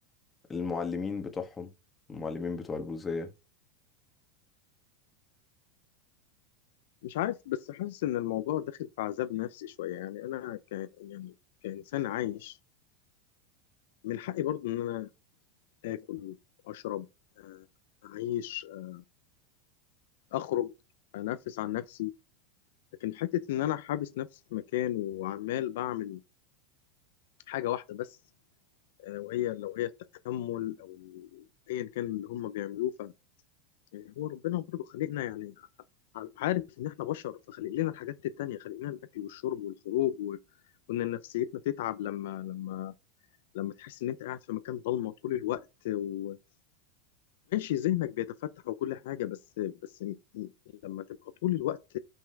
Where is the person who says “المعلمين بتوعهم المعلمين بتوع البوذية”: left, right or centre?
Left